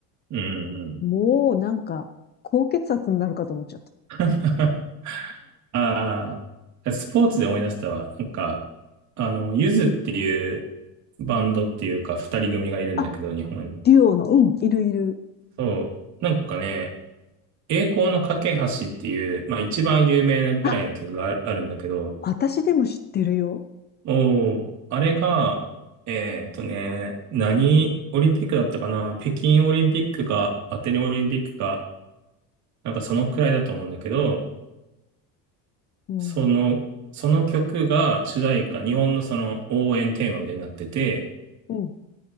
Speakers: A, on the right (about 50°); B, on the left (about 25°).
A: うんうんうんうん
B: もうなんか、高血圧になるかと思っちゃった。
A: <laughs> ああスポーツで思い出したわ。なんかあのゆずっていうバンドっていうか二人組がいるんだけど日本に。
B: あ、デュオの、うん、いるいる。
A: そう。なんかね、栄光の架け橋っていう、まあ一番有名なぐらいの曲がああるんだけど、
B: あ、私でも知ってるよ。
A: おーあれが、えっとね、何オリンピックだったかな北京オリンピックかアテネオリンピックか、なんかそのくらいだと思うんだけど、
B: うん、
A: その、その曲が主題歌、日本のその応援テーマみたいになってて、
B: うん、